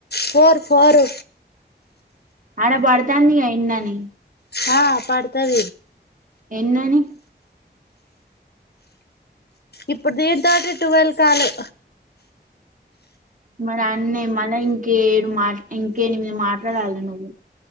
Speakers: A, on the left (about 65°); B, on the right (about 50°).
A: ఫర్ ఫార్
B: అన పడతాంది అయన్నని
A: హా పడత వ
B: ఎన్నని
A: ఇప్పుడు దే తటి టువెల్ కాలు
B: మరి అన్నయ మళ్ళ ఇంకేడు మాట ఇంకేని మాట్లాడాలి నువ్వు